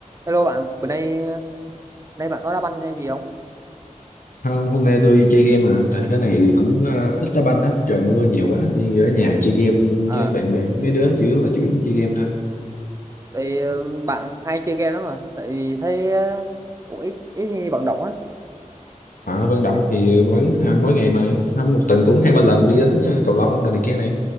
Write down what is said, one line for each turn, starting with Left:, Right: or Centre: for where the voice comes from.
Right: Hello bạn, bữa nay nay bạn có đá banh hay gì không?
Left: Không, hôm nay tôi chơi game mà tại cái này thì cũng ờ, ít đá banh á, trời mưa nhiều quá, đi ở nhà chơi game
Right: À,
Left: với bạn bè với mấy đứa chủ yếu là chủ yếu chơi game thôi.
Right: thì ờ, bạn hay chơi game lắm mà, tại vì thấy ờ, cũng ít ít khi vận động á.
Left: Ở Vân Động thì vẫn ờ, mỗi ngày mà không một tuần cũng hai ba lần đi đánh ờ, cầu lông rồi này kia này,